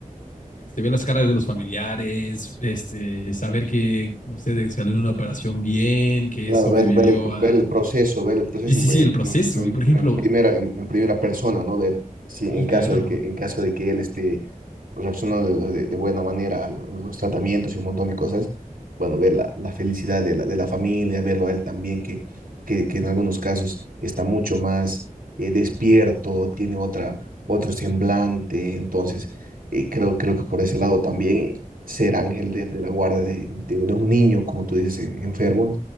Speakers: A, on the left; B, on the right.
A: Este, ver las caras de los familiares, este, saber que, no sé, de- salió de una operación bien, que
B: Claro,
A: sobrevivió
B: ver, ver, el,
A: a...
B: ver el proceso, ver el proceso
A: Sí, sí,
B: en,
A: sí, el proceso.
B: en- en-
A: Y por ejemplo,
B: en primera, en, en primera persona, ¿no? Ver si
A: sí,
B: en caso
A: claro.
B: de que, en caso de que él esté reaccionando de, de- de buena manera a los tratamientos y un montón de cosas, bueno, ver la, la felicidad de la, de la familia, verlo a él también, que, que, que en algunos casos está mucho más eh, despierto, tiene otra, otro semblante, entonces eh, creo, creo que por ese lado también eh, ser ángel de, de la guarda de, de un de un niño, como tú dices, eh, enfermo